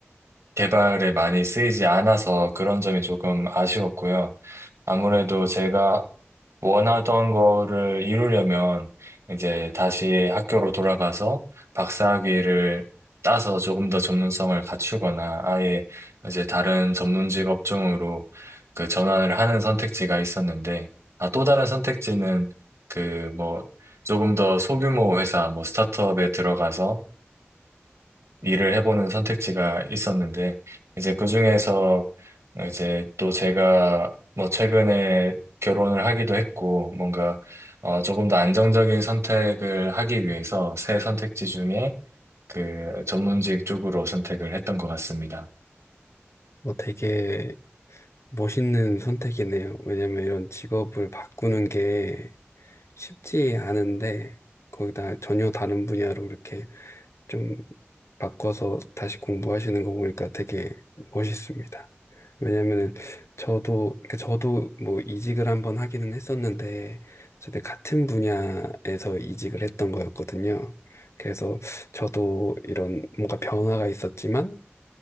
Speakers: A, on the right; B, on the left.
A: 개발에 많이 쓰이지 않아서 그런 점이 조금 아쉬웠고요. 아무래도 제가 원하던 거를 이루려면 이제 다시 학교로 돌아가서 박사학위를 따서 조금 더 전문성을 갖추거나 아예 이제 다른 전문직 업종으로 그 전환을 하는 선택지가 있었는데 아, 또 다른 선택지는 그 뭐 조금 더 소규모 회사 뭐 스타트업에 들어가서 일을 해보는 선택지가 있었는데, 이제 그 중에서 이제 또 제가 뭐 최근에 결혼을 하기도 했고, 뭔가 어, 조금 더 안정적인 선택을 하기 위해서 새 선택지 중에 그 전문직 쪽으로 선택을 했던 것 같습니다.
B: 어, 되게 멋있는 선택이네요. 왜냐면 이런 직업을 바꾸는 게 쉽지 않은데 거기다 전혀 다른 분야로 이렇게 좀 바꿔서 다시 공부하시는 거 보니까 되게 멋있습니다. 왜냐면은 저도 그러니까 저도 뭐 이직을 한번 하기는 했었는데 저도 같은 분야에서 이직을 했던 거였거든요. 그래서 저도 이런 뭔가 변화가 있었지만